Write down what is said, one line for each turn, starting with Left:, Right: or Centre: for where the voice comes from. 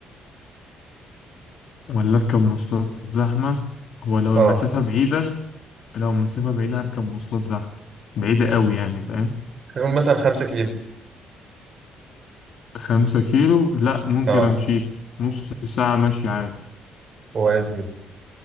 Left: ولا اركب مواصلات زحمة هو لو
Right: اه
Left: المسافة بعيدة لو المسافة بعيدة هركب مواصلات زحمة بعيدة قوي يعني فاهم
Right: نقول مثلا خمسة كيلو
Left: خمسة كيلو لا ممكن
Right: اه
Left: امشيها نص ساعة مشي عادي
Right: كويس جدا